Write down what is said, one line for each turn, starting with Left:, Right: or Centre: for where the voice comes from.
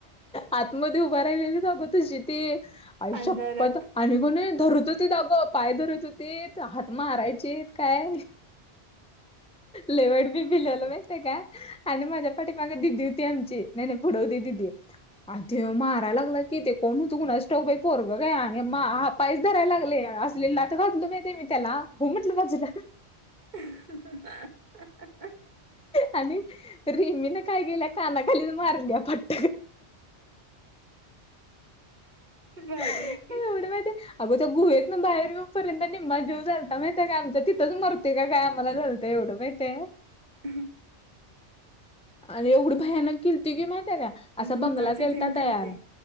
Centre: आतमध्ये उभं राहिलेली दाखवत क्षिती आईशप्पथ
Right: अंधारात
Centre: आणि कोणी धरत होती का अगं पाय धरत होती हात मारायचेत काय लेवड बी भिलवलं माहितय का आणि माझ्या पाठी माग दिदी होती आमची नाय नाय पुढ होती दिदी अ ते माराय लागला कि ते कोण होत कुणास ठाऊक बाई पोरगं काय आणि <unintelligible> पायच धरायला लागले असले लाथ घातलं माहिती मी त्याला हो म्हटल बाजूला.
Right: ह ह
Centre: आणि रिमीन काय केल्या कानाखालीच मारल्या फट
Right: भारी
Centre: एवढं
Right: आहे ती.
Centre: माहिती अगं त्या गुहेतन बाहेर येेऊपर्यंत निम्मा जीव झालता माहिती आहे काय आमचा तिथंच मरते का काय आम्हाला झा त एवढं माहित आहे.
Right: हम्म.
Centre: आणि एवढी भयानक केलती कि माहीत आहे का असा
Right: भूताची
Centre: बंगला केलता
Right: थीम केलती
Centre: तयार,